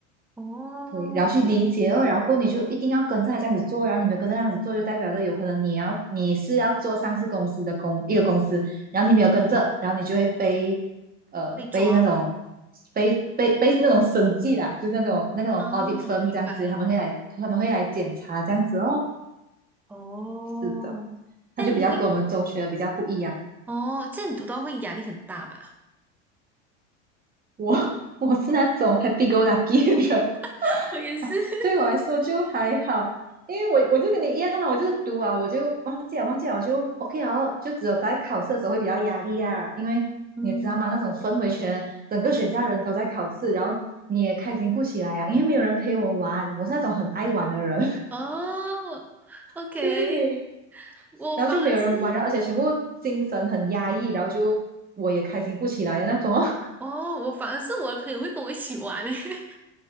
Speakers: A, in the centre; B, on the right.
A: 哦，
B: 对，然后去理解哦，然后过后你就一定要跟着他这样子做，然后你没有跟着这样子做，就代表着有可能你要你是要做上市公司的公一个公司，然后你没有跟着，然后你就会被呃被那种
A: 被抓
B: 被被被那种审计啦，就那种那种
A: 啊，
B: audit firm
A: 明白。
B: 这样子，他们会来他们会来检查这样子哦。
A: 哦，
B: 是的，
A: 这样你会，
B: 他就比较跟我们中学的比较不一样，
A: 哦，这样你读到会压力很大嘛？
B: 我 <laughs> 我是那种 happy go lucky 的人。
A: <laughs> 我也是。
B: <laughs>
A: <laughs>
B: 对我来说就还好，因为我我就跟你一样嘛，我就是读啊，我就忘记了忘记了我就 OK 啊，就只有在考试的时候会比较压力啊，因为你也知道吗？
A: 嗯。
B: 那种氛围全整个学校人都在考试，然后你也开心不起来啊，因为没有人陪我玩，我是那种很爱玩的人，
A: 哦，OK，
B: <laughs> 对，
A: 我反而是，
B: 然后就没有人玩，然后而且全部精神很压抑，然后就我也开心不起来的那种哦，<laughs>
A: 哦，我反而是我的朋友会跟我一起玩诶。<laughs>